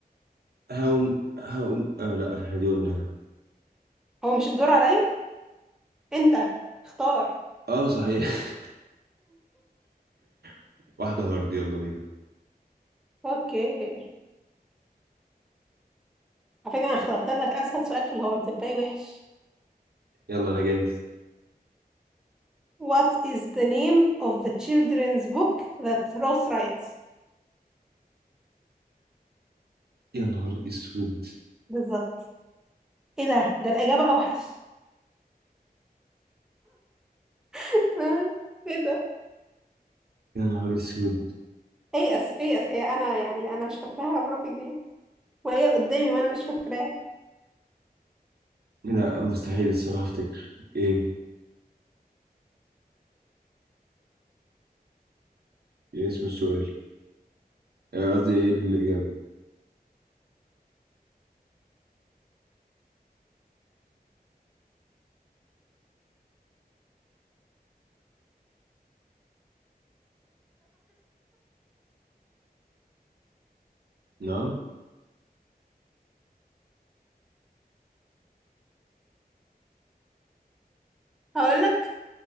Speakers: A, on the right; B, in the centre.
A: هقوم هقوم آه لا احنا دي قلنا
B: هو مش الدور عليا انت اختار
A: اه صحيح <laughs> واحدة هارد يلا بينا
B: اوكي على فكرة انا اخترت لك اسهل سؤال في الهارد الباقي وحش
A: يلا انا جاهز
B: What is the name of the children's book that Rose writes
A: يا نهار اسود
B: بالظبط ايه ده ده الاجابة اوحش <laughs> ايه ده
A: يا نهار اسود
B: ايأس ايأس هي انا يعني انا مش فاكراها بربع جنيه وهي قدامي وانا مش فاكراها
A: لا مستحيل الصراحة افتكر ايه ايه اسم السؤال آه، قصدي ايه الاجابة نعم
B: هقول لك